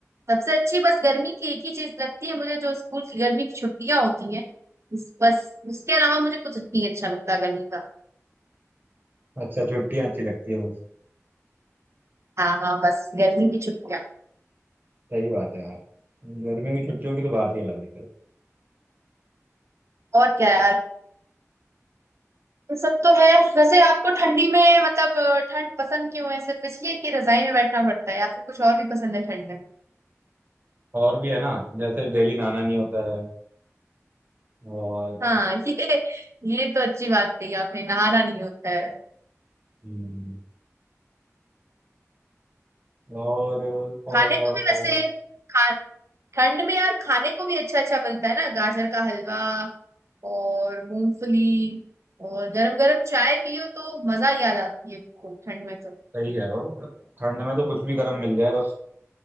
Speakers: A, on the right; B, on the right.
A: सबसे अच्छी बस गर्मी की एक ही चीज लगती है मुझे जो स्कूल की गर्मी की छुट्टियां होती हैं इस- बस उसके अलावा मुझे कुछ नहीं अच्छा लगता गर्मी का
B: अच्छा छुट्टियां अच्छी लगती है वो
A: हाँ हाँ बस गर्मी की छुट्टियां
B: सही बात है यार गर्मियों की छुट्टियों की तो बात ही अलग है फिर।
A: और क्या यार ये सब तो है वैसे आपको ठंडी में मतलब अ, ठंड पसंद क्यों है सिर्फ इसलिए कि रजाई में बैठना पड़ता है या फिर कुछ और भी पसंद है ठंड में
B: और भी है ना जैसे डेली नहाना नहीं होता है और
A: हाँ ये ये तो अच्छी बात कही आपने नहाना नहीं होता है
B: हम्म, और और
A: खाने
B: और,
A: को भी वैसे
B: और
A: खा ठंड में यार खाने को भी अच्छा अच्छा मिलता है ना गाजर का हलवा और मूंगफली और गरम गरम चाय पियो तो मजा ही आ जाती है खूब ठंड में तो
B: सही कह रहे हो ठंड में तो कुछ भी गर्म मिल जाए बस